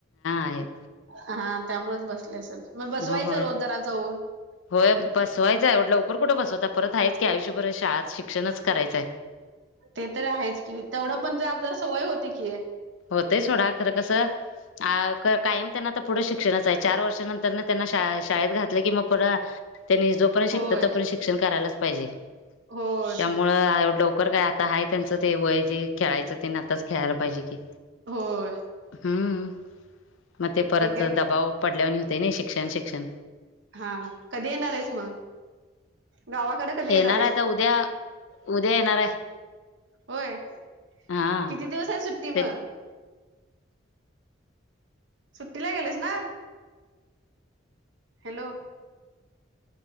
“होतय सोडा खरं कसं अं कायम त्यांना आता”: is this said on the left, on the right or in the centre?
Left